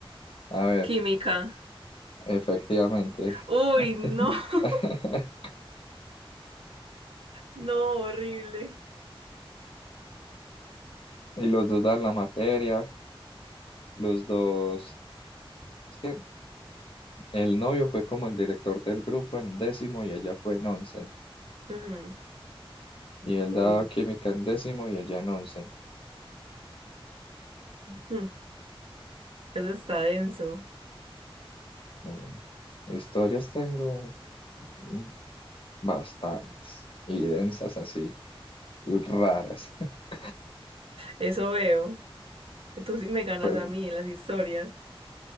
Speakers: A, on the left; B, on the right.
A: A ver,
B: Química.
A: efectivamente.
B: Uy,
A: <laughs>
B: no. <laughs> No, horrible.
A: Y los dos dan la materia, los dos... Es que El novio fue como el director del grupo en décimo y ella fue en once.
B: Ujú.
A: Y él
B: Uy.
A: daba química en décimo y ella en once.
B: Mm. Eso está denso.
A: Mm, Historias tengo mm, bastantes y densas así, raras. <laughs>
B: Eso veo. Tú sí me ganas
A: Pero
B: a mí en las historias.